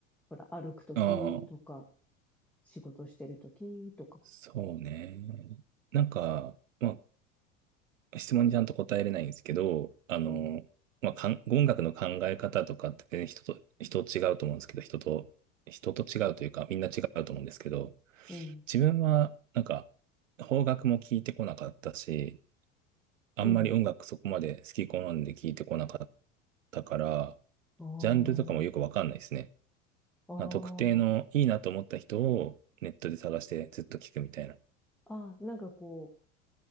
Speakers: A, in the centre; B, on the right.
A: ほら、歩くときとか、
B: ああ、
A: 仕事してるときとか、
B: そうね。なんか、まあ、質問にちゃんと答えれないんですけど、あの、
A: うん、
B: まあ、かん音楽の考え方とかって全然人と、人違うと思うんですけど、人と、人と違うというか、みんな違うと思うんですけど、
A: うん、
B: 自分は、なんか、邦楽も聞いてこなかったし、あんまり音楽そこまで好き好んで聞いてこなかっ
A: うん。
B: たから、
A: あ
B: ジャンルとかもよくわかんないですね。
A: あ、あ
B: あ特定のいいなと思った人をネットで探してずっと聞くみたいな。
A: あ、ああ、なんかこう、